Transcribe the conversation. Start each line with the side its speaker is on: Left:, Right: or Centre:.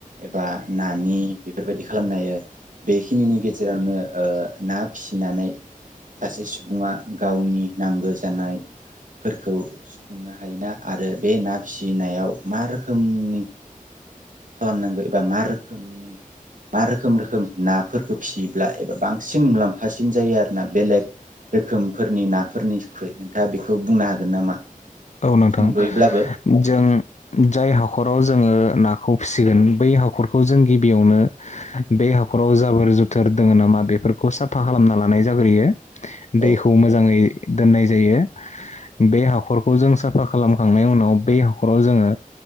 Right: एबा नानि बेफोरबायदि खालामनो हायो बेखिनिनि गेजेरावनो ओ ना फिसि नानै सासे सुबुङा गावनि नांगौ जानाय फोरखौ सुफुंनो हायोना। आरो बे ना फिसि <unintelligible> नायाव मा रोखोमनि खालामनांगौ एबा मा रोखोमनि मा रोखोम रोखोम ना फोरखो फिसियोब्ला एबा बांसिन मुलाम्फा सिन जायो आरोना बेलेग रोखोम फोरनि नाफोरनि ख्रुइ नोंथाङा बे बुंनो हागोन नामा?
Left: औ नोंथां
Right: सुंद'यैब्लाबो
Left: जों जाय हाखराव जोङो नाखौ फिसिगोन बै हाखरखौ जों गिबियावनो बे हाखराव जाबोर जुथोर दोङो नामा बेफोरखौ साफा खालामना लानाय जाग्रोयो।
Right: औ
Left: दैखौ मोजाङै दोननाय जायो बे हाखर खौ जों साफा खालामखांनायनि उनाव बे हाखराव जोङो